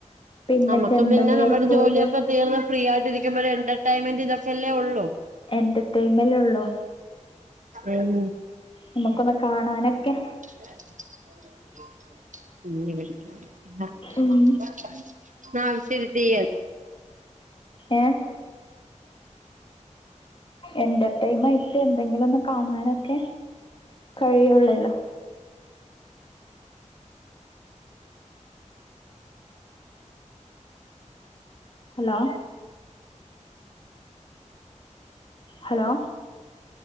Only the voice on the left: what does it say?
പിന്നെ
ചെമ്പനീർ
പൂവ്
എന്റർടൈമല് ഉള്ളു.
നമുക്കൊന്ന് കാണാനൊക്കെ
ഉം
ഏഹ് എന്റർടൈമ് ആയിട്ട് എന്തെങ്കിലും ഒന്ന് കാണാനൊക്കെ കഴിയുള്ളല്ലോ. ഹലോ ഹലോ